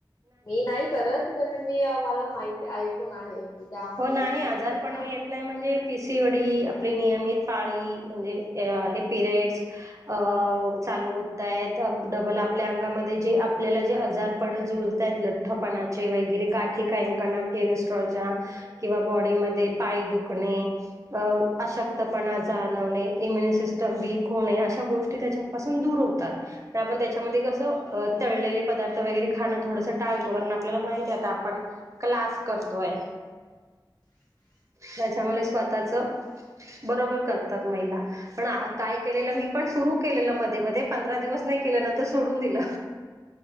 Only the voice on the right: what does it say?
हो नाही
आजार
पण
येत नाही म्हणजे पिसी वडी आपले नियमित पाळी म्हणजे हे पिरयड्स अ चालू होतय डबल आपल्या अंगामध्ये जे आपल्याला जे आजारपण जुळतय लठ्ठपणाचे वगैरे गाठी काहींकणा केरेस्ट्रॉलच्या किंवा बॉडीमध्ये पाय दुखणे अ अशक्तपणा जाणवणे इम्युन सिस्टम वीक होणे अशा गोष्टी त्याच्यापासून दूर होतात आपण त्याच्यामध्ये कसं तळलेले पदार्थ वगैरे खाणं थोडस टाळतो कारण आपल्याला माहती आता आपण क्लास करतोय त्याच्यामुळे स्वतःच बरोबर करतात महिला पण काय केलेलं मी पण सुरु केलेलं मध्ये मध्ये पंधरा दिवस नाही केलं नंतर सोडून दिलं